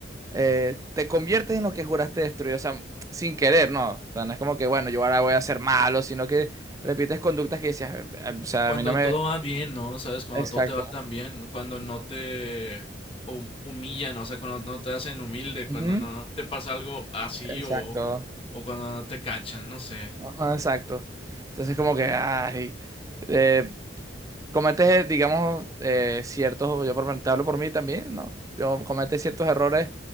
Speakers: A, on the right; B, on the left.
A: eh, te conviertes en lo que juraste destruir, o sea, sin querer, ¿no? O sea, no es como que, bueno, yo ahora voy a ser malo, sino que repites conductas que decías, "Eh, eh, o sea,
B: Cuando
A: a mí no me...
B: todo va bien, ¿no? ¿Sabes? Cuando
A: Exacto.
B: todo te va tan bien, cuando no te hum- humillan, o sea, cuando no te hacen humilde, cuando
A: Ujú,
B: no te pasa algo así
A: Exacto.
B: o, o cuando no te cachan, no sé.
A: Ajá, exacto. Entonces como que, ay, eh, cometes, digamos, eh, ciertos, yo por, lo menos te hablo por mí también, ¿no? Yo cometes ciertos errores,